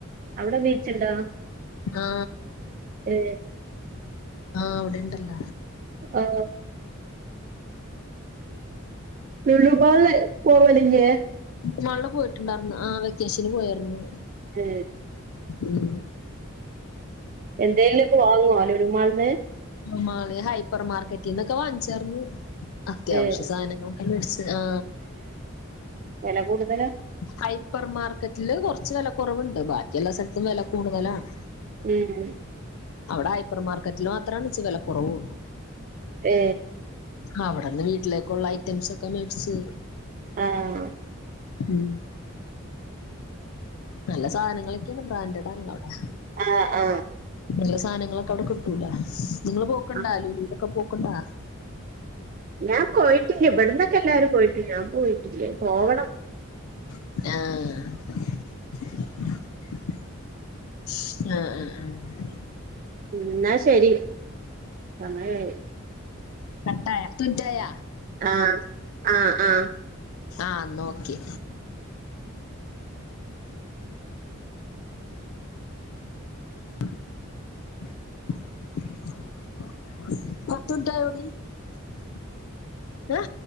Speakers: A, on the right (about 40°); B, on the left (about 80°).
A: അവിടെ ബീ ച്ചുണ്ടോ
B: ആ
A: ഏ
B: ആഹ് അവിടെണ്ടല്ല
A: ആ നെലു പാല് പോവലില്ലേ
B: മാളില് പോയിട്ടുണ്ടായിരുന്നു ആ വെക്കേഷന് പോയാരുന്നു
A: ഏ
B: ഉം
A: എന്തേലുക്ക വാങ്ങുവോ ലുല്ലുമാൾന്ന്
B: മാള് ഹൈപ്പർ മാർക്കറ്റിന്നൊക്ക വാങ്ങ്ച്ചാർന്ന് അത്യാവശ്യ
A: ഏഹ്
B: സാധനങ്ങക്കെ മെഡസി ആ
A: വില കൂടുതല്
B: ഹൈപ്പർ മാർക്കറ്റില് കുറച്ച് വില കുറവുണ്ട് ബാക്കിയയെല്ലാ സ്ഥലത്തും വില കൂടുതലാണ്
A: ഉം
B: അവിടെ ഹൈപ്പർ മാർക്കറ്റിൽ മാത്രമാണ് ഇച്ച വില കുറവ്
A: ഏ
B: ആ അവിടെന്ന് വീട്ടിലേക്കുള്ള ഐറ്റംസ് ഒക്കെ മേടിച്
A: ആഹ്
B: ഉം നല്ല സാധനങ്ങളൊക്കെയാണ് ബ്രാന്റടാണ് അവിടെ
A: ആ ആ
B: നല്ല സാധനങ്ങളൊക്കെ അവിടെ കിട്ടൂല നിങ്ങള്ൾ പോക്കണ്ട
A: ആഹ്
B: അ ലൂലലൊക്കെ പോ കുണ്ടാ
A: ലാം പോയിട്ടില്ല ഇവിടുന്നൊക്കെ എല്ലാരും പോയിട്ടില്ല ഞാൻ പോയിട്ടില്ലേ പോവണം
B: ആഹ് ആഹ് ആഹ് ആഹ്
A: എന്നാ ശരി സമയമായി
B: കട്ടായ പത്തു മിനിറ്റ് ആയ
A: ആ ആ ആ
B: ആ നോക്കി <unintelligible> ഏ